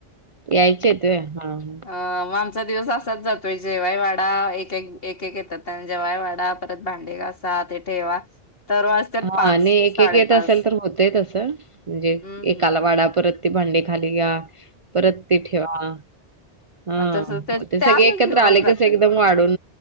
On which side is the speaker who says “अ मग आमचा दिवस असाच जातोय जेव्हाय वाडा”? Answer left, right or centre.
Left